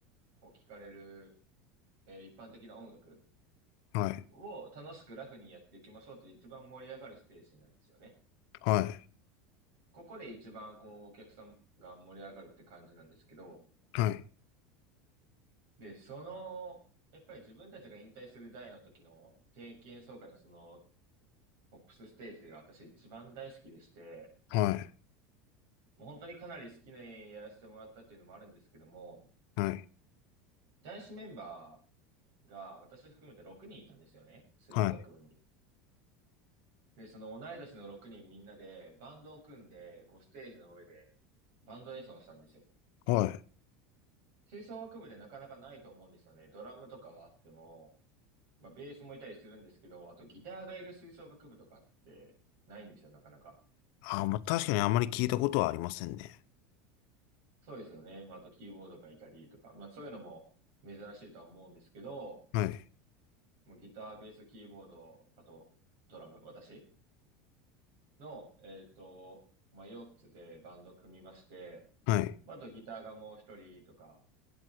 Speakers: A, on the right (about 70°); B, on the left (about 60°).
A: こう聞かれる、えー一般的な音楽
B: はい。
A: を楽しくラフにやっていきましょうという一番盛り上がるステージなんですよね。
B: はい。
A: ここで一番こうお客さんが盛り上がるって感じなんですけど、
B: はい。
A: で、その、やっぱり自分たちが引退する代の時の定期演奏会のそのポップスステージが私一番大好きでして、
B: はい。
A: もう本当にかなり好きなやらせてもらったっていうのもあるんですけども、
B: はい。
A: 男子メンバーが私含めて6人いたんですよね、吹奏楽部に。
B: はい。
A: で、その同い年の6人みんなでバンドを組んで、こうステージの上でバンド演奏をしたんですよ。
B: はい。
A: 吹奏楽部でなかなかないと思うんですよね。ドラムとかはあっても、まあベースもいたりするんですけど、あとギターがいる吹奏楽部とかってないんですよ、なかなか。
B: ああ、まあ、確かにあまり聞いたことはありませんね。
A: そうですよね。まああとキーボードがいたりとか、まあそういうのも珍しいとは思うんですけど、
B: はい。
A: もうギター、ベース、キーボード、あとドラム、私の、えっと、まあ4つでバンド組みまして、
B: はい。
A: まああとギターがもう1人とか、